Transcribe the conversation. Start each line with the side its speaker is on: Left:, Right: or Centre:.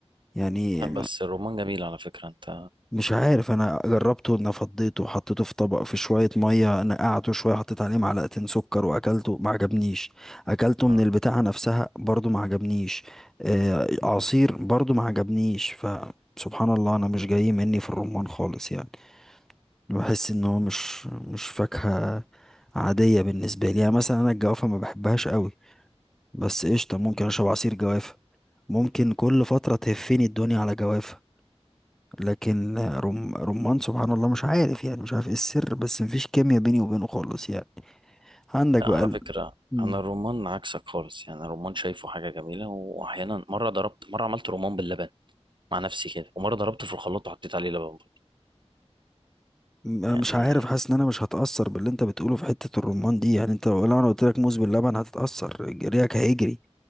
Centre: يعني
Right: لا بس الرومان جميل على فكرة انت
Centre: مش عارف انا جربته ان فضيته وحطيته في طبق في شويه ميه نقعته شويه حطيت عليه معلقتين سكر واكلته ما عجبنيش اكلته
Right: اه
Centre: من البتاعه نفسها برضو ما عجبنيش آه عصير برضو ما عجبنيش فسبحان الله انا مش جاي مني في الرمان خالص يعني بحس ان هو مش مش فاكهه عاديه بالنسبه لي يعني مثلا انا الجوافه ما بحبهاش قوي بس قشطه ممكن اشرب عصير جوافه ممكن كل فتره تهفني الدنيا على جوافه لكن رم... رمان سبحان الله مش عارف يعني مش عارف ايه السر بس مفيش كيمياء بيني وبينه خالص يعني عندك
Right: لا
Centre: بقى
Right: على
Centre: ال...
Right: فكرة
Centre: مم.
Right: انا الرومان عكسك خالص يعني الرومان شايفه حاجة جميلة واحيانا مرة ضربت مرة عملت رومان باللبن مع نفسي كده ومرة ضربته في الخلاط وحطيت عليه لبن برضه.
Centre: م-
Right: يعني
Centre: مش عارف حاسس ان انا مش هتأثر باللي انت بتقوله في حتة الرمان دي يعني انت لو لو انا قلت لك موز باللبن هتتأثر ريقك هيجري